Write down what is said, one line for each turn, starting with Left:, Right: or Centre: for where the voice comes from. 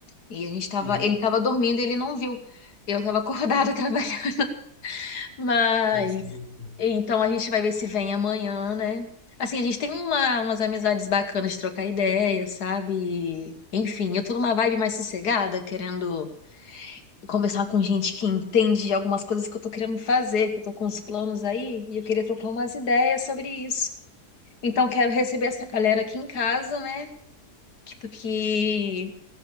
Left: E a gente tava,
Right: Uhum,
Left: ele tava dormindo, e ele não viu. Eu tava acordada <laughs> trabalhando. Mas,
Right: justo, justo.
Left: então a gente vai ver se vem amanhã, né? Assim, a gente tem uma, umas amizades bacanas de trocar ideias sabe? Enfim, eu tô numa vibe mais sossegada, querendo conversar com gente que entende de algumas coisas que eu tô querendo fazer, que eu tô com uns planos aí, e eu queria trocar umas ideias sobre isso. Então, quero receber essa galera aqui em casa, né? Que, porque